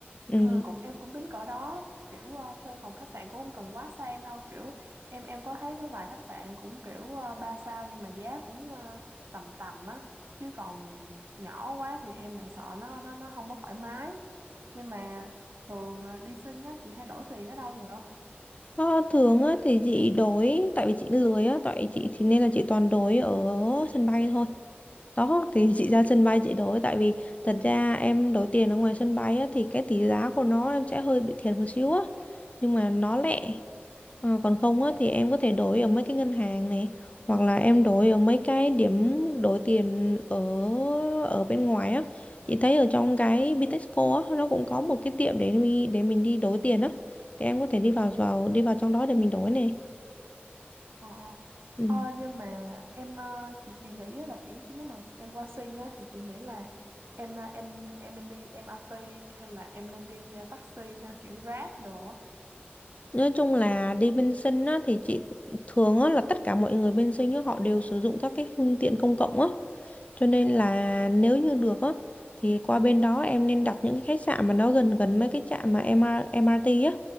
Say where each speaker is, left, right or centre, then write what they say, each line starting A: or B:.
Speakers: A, on the left; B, on the right.
A: Ừ.
B: ừ, cũng em cũng tính cỡ đó kiểu ờ, thuê phòng khách sạn cũng không cần quá sang đâu kiểu em em có thấy có vài khách sạn cũng kiểu ờ, ba sao nhưng mà giá cũng ờ, tầm tầm á chứ còn nhỏ quá thì em lại sợ nó nó nó không có thoải mái nhưng mà thường ờ, đi sinh á chị hay đổi tiền ở đâu vậy
A: Ờ, thường á, thì chị đổi tại vì chị lười á tại chị thì nên là chị toàn đổi ở sân bay thôi đó thì <laughs> chị ra sân bay chị đổi tại vì thật ra em đổi tiền ở ngoài sân bay á, thì cái tỷ giá của nó em sẽ hơi bị thiệt một xíu á nhưng mà nó lẹ Ờ, còn không á, thì em có thể đổi ở mấy cái ngân hàng này hoặc là em đổi ở mấy cái điểm đổi tiền ở ở bên ngoài á chị thấy ở trong cái Bitexco á nó cũng có một cái tiệm để mi- để mình đi đổi tiền á thì em có thể đi vào vào đi vào trong đó để mình đổi này
B: Ờ,
A: Ừ.
B: ờ nhưng mà em ờ, chị chị nghĩ á là kiểu nếu mà em qua sinh á thì chị nghĩ là em ờ, em em nên đi em MRT hay là em nên đi ờ, taxi ha kiểu Grab đồ á.
A: nói chung là đi bên sinh á thì chị thường á là tất cả mọi người bên sinh á họ đều sử dụng các cái phương tiện công cộng á Cho nên là nếu như được á thì qua bên đó em nên đặt những cái khách sạn mà nó gần gần mấy cái trạm mà em MR, MRT á.